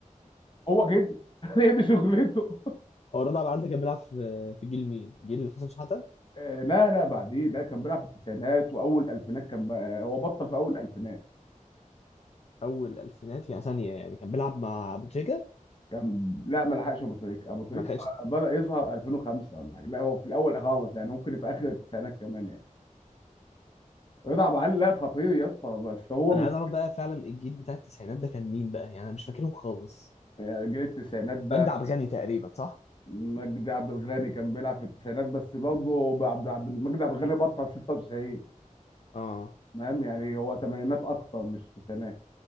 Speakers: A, on the left (about 35°); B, on the left (about 50°).
A: هو كده <laughs> هي دي شغلته
B: هو رضا على العيال ده كان بيلعب في في جيل مين؟ جيل حسن شحاته
A: آه، لا لا بعديه لا كان بيلعب في التسعينات واول الفينات كان بقى هو بطل في اول الفينات
B: اول الالفينات يعني ثانيه يعني كان بيلعب مع ابو تريكه
A: كان لا ما لحقش ابو تريكه ابو تريكه
B: ما لحقش
A: بدا يظهر 2005 ولا حاجه لا هو في الاول خالص يعني ممكن في اخر التسعينات كمان يعني رضا عبد العال لا خطير يا اسطى بس هو
B: انا
A: مش-
B: عايز اعرف بقى فعلا الجيل بتاع التسعينات ده كان مين بقى يعني انا مش فاكرهم خالص
A: يعني جيل التسعينات ده
B: مجدي عبد الغني تقريبا صح؟
A: مجدي عبد الغني كان بيلعب في التسعينات بس برضه عبد عبد مجدي عبد الغني بطل 96
B: اه
A: فاهم يعني هو تمانينات اكتر مش تسعينات